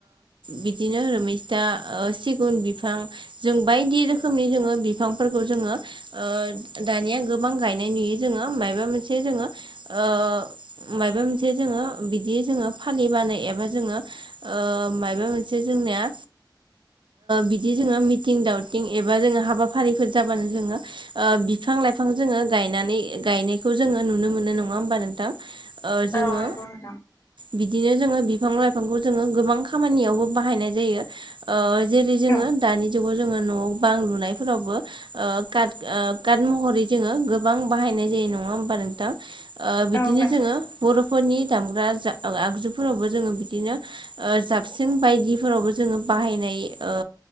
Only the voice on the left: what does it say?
औ नंगौ नोंथां
औ
औ नंगौ